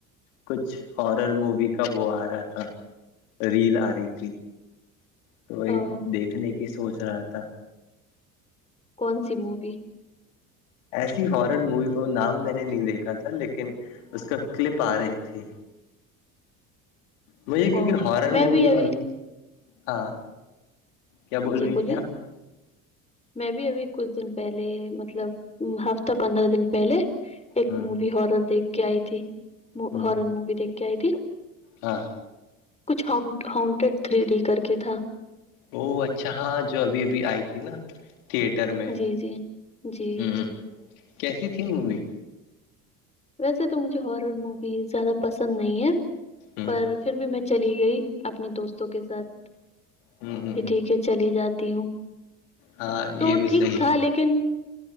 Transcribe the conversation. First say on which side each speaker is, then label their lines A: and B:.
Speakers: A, on the left; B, on the left.
A: کچھ ہارر مووی کا وہ آ رہا تھا ریل آ رہی تھی تو وہی
B: اوہ،
A: دیکھنے کی سوچ رہا تھا
B: کون سی مووی
A: ایسے ہی ہارر مووی وہ نام میں نے نہیں دیکھا تھا لیکن اس کا کلپ آ رہی تھی وہی کیونکہ
B: اوہ،
A: ہارر
B: میں
A: مووی
B: بھی ابھی
A: ہاں کیا بول
B: جی
A: رہی
B: بولیے
A: تھی آپ
B: میں بھی ابھی کچھ دن پہلے مطلب ہفتہ پندرہ دن پہلے ایک
A: ہ
B: مووی ہارر دیکھ کے آئی تھی
A: ہ
B: ہارر مووی دیکھ کے آئی تھی
A: ہاں
B: کچھ ہونٹیڈ تھری ڈی کر کے تھا
A: او اچھا ہاں جو ابھی ابھی آئی تھی نا تئیٹر میں
B: جی جی جی
A: ہوں کیسی تھی مووی
B: ویسے تو مجھے ہارر مووی زیادہ پسند نہیں ہے
A: ہ
B: پر پھر بھی میں چلی گئی اپنے دوستوں کے ساتھ
A: ہ ہ
B: ٹھیک ہے چلی جاتی ہوں
A: ہاں
B: تو
A: یہ بھی
B: ٹھیک
A: سی
B: تھا
A: ہے
B: لیکن